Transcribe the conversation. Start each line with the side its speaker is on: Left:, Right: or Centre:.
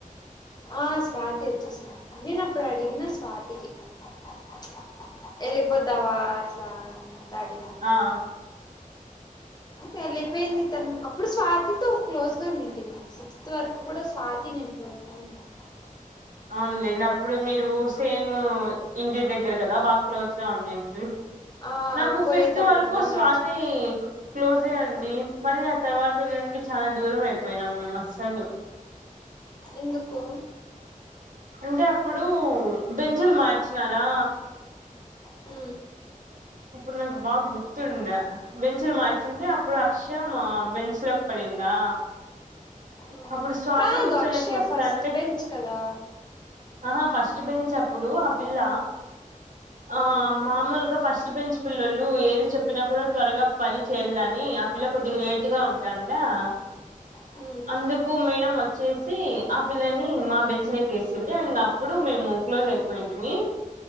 Left: ఆ స్వాతి వచ్చిసింది నేను అప్పుడు అడిగిన స్వాతికి ప్చ్ వెళ్ళిపోతావా అట్లా అంత అడిగిన
Right: ఆ <inaudible>
Left: వెళ్లిపోయింది తను అప్పుడు స్వాతితో క్లోజ్ గా నింటిని నేను సిక్స్త్ వరకు కూడా స్వాతి నేను క్లోజ్ ధన్యవాదలు
Right: అవున్లేండి అప్పుడు మీరు సేమ్ ఇంటి దగ్గర కదా బాగా క్లోజ్ గా ఉండింటిరి <inaudible>
Left: ఆ
Right: నాకు
Left: పోయేటప్పుడంతా
Right: ఫిఫ్త్ వరకు స్వాతి
Left: నడిచి
Right: క్లోజే అండి మళ్ళీ ఆ తర్వాత నుండి చాలా దూరం అయిపోయినాం మేం అస్సలు.
Left: ఎందుకు
Right: అంటే అప్పుడు బేంచిలు మార్చినారా
Left: ఊ
Right: ఇప్పుడు నాకు బాగా గుర్తుండ బెంచ్లు మార్చింది అప్పుడు అక్షయ మా బెంచ్ లోకి పడి ఇందా
Left: ఉమ్
Right: అప్పుడు స్వాతి
Left: కాదు
Right: కూర్చొనిక
Left: అక్షయ
Right: వస్తాండే
Left: ఫస్ట్ బెంచ్ కదా
Right: ఆహా ఫస్ట్ ఫస్ట్ బెంచ్ అప్పుడు ఆ పిల్ల ఆ
Left: ఉమ్
Right: మామూలుగా ఫ స్ట్ బెంచ్ పిల్లలు ఏది చెప్పినా కూడా త్వరగా పని చేయాలని ఆ పిల్ల కొద్దిగా లేటు గా ఉంటాండ. ఆ
Left: ఊ
Right: అందుకు మేడం వచ్చేసి ఆ పిల్లని మా
Left: ఉమ్
Right: బెంచ్ లోకి వేసింది అం అప్పుడు మేము క్లోజ్ అయిపోయింటిమీ